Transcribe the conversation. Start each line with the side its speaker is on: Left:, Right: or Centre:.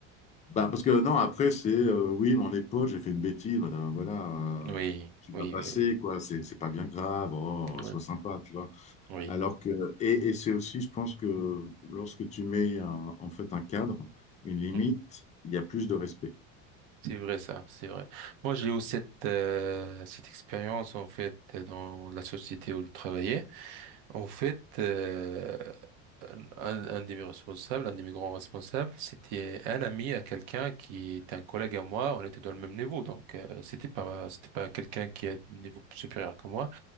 Left: Bah, parce que non, après, c'est euh, oui, mon épaule, j'ai fait une bêtise, voilà, voilà, euh,
Right: Oui,
Left: qui
Right: oui,
Left: va passer,
Right: oui, oui,
Left: quoi, c'est c'est pas bien grave, oh,
Right: oui,
Left: sois sympa, tu vois.
Right: oui.
Left: Alors que, et, et c'est aussi, je pense que lorsque tu mets un- en fait un cadre, une limite,
Right: Hmm.
Left: il y a plus de respect.
Right: C'est vrai ça, c'est vrai. Moi j'ai eu cette euh, cette expérience en fait dans la société où je travaillais. En fait, euh, un, un- un de mes responsables, un de mes grands responsables, c'était un ami à quelqu'un qui est un collègue à moi. On était dans le même niveau, donc euh, c'était pas c'était pas quelqu'un qui est à un niveau supérieur que moi.